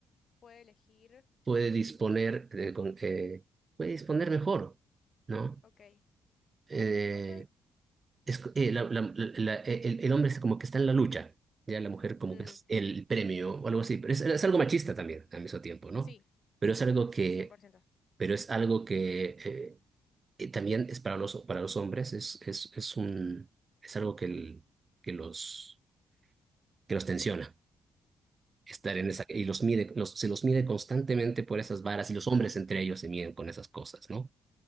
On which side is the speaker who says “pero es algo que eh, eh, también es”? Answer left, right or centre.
Right